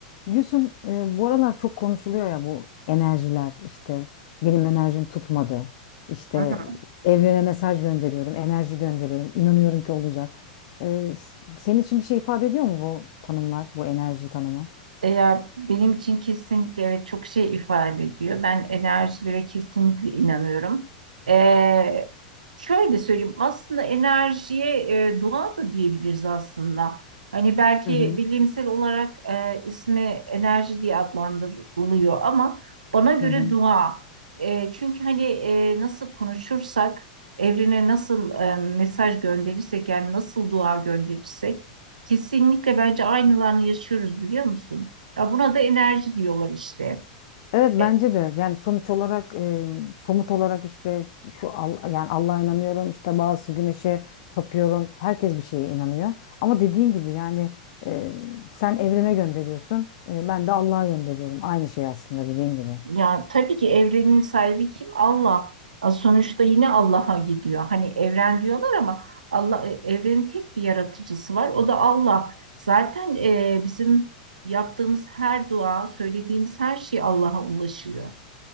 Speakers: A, on the left; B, on the right.
A: Gülsüm, e, bu aralar çok konuşuluyor ya bu enerjiler işte benim enerjim tutmadı. işte
B: Hı hı.
A: evrene mesaj gönderiyorum, enerji gönderiyorum, inanıyorum ki olacak. E, s- senin için bir şey ifade ediyor mu bu tanımlar, bu enerji tanımı?
B: Ya benim için kesinlikle evet çok şey ifade ediyor. Ben enerjilere kesinlikle inanıyorum. Ee, şöyle söyleyeyim aslında enerjiye e, doğa da diyebiliriz aslında. Hani belki
A: Hı hı,
B: bilimsel olarak e, ismi enerji diye adlandırılıyor ama bana göre
A: hı hı.
B: dua. E, çünkü hani e, nasıl konuşursak, evrene nasıl e, mesaj gönderirsek yani nasıl dua gönderirsek kesinlikle bence aynılarını yaşıyoruz biliyor musun? Ya buna da enerji diyorlar işte.
A: Evet bence
B: E,
A: de yani sonuç olarak e, somut olarak işte şu Al- yani Allah'a inanıyorum işte bazı güneşe tapıyorum herkes bir şeye inanıyor ama dediğin gibi yani e, sen evrene gönderiyorsun e, ben de Allah'a gönderiyorum aynı şey aslında dediğin gibi.
B: ya tabii ki evrenin sahibi kim? Allah. Ya Sonuçta yine Allah'a gidiyor. Hani evren diyorlar ama Allah e, evrenin tek bir yaratıcısı var. O da Allah. Zaten e, bizim yaptığımız her dua, söylediğimiz her şey Allah'a ulaşıyor.